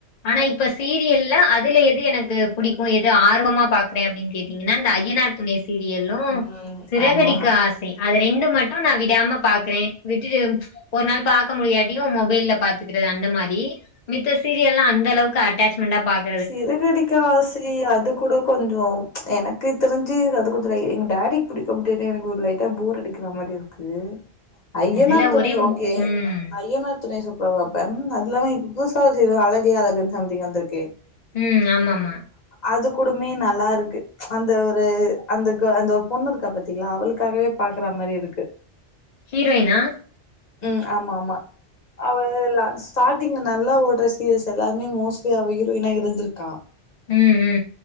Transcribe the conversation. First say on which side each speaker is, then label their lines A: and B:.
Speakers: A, on the left; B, on the left.
A: ஆனா இப்ப சீரியல்ல அதுல இது எனக்கு புடிக்கு எது ஆர்வமா பாக்குறே அப்டின் கேட்டீங்கன்னா இந்த ஐயனார் துணை ஸ் சீரியலும்
B: ம்
A: சிறகடிக்க
B: ஆமா
A: ஆசை அது ரெண்டு மட்டு நா விடாம பாக்கறே விட்டுட்டு ஒரு நாள் பாக்க முடியாடியு மொபைல்ல பாத்துக்கிற அந்த மாரி மித்த சீரியல்லா அந்த அளவுக்கு அட்டச்மெண்டா பாக்
B: சிறகடிக்க ஆசை அது கூட கொஞ்சோ எனக்கு தெரிஞ்சு அது கொஞ்சோ எங் டேடிக் புடிக்கு எனக்கு ஒரு லைட்டா போர் அடிக்கிற மாரி இருக்கு அது ஐயனார்
A: அதுல
B: துணை
A: ஒரே
B: ஓகே
A: ம்
B: ஐயனார் துணை சூப்பரா பாப்பே அதுல்லாம இப் புதுசா ஏதோ அழகே அழகுன் சம்திங் வந்துருக்கே
A: ம் ஆமாமா
B: அது கூடுமே நல்லாருக்கு அந்த ஒரு அந்த க அந்த பொண்ணு இருக்கா பத்தீங்களா அவளுக்காகவே பாக்கற மாரி இருக்கு
A: ஹீரோயினா
B: ம் ஆமாம்மா அவல்ல ஸ்டார்டிங் நல்லா ஓட்ற சீரிஸ் எல்லாமே மோஸ்ட்லி அவ டுவினா இருந்துருக்கா
A: ம் ம்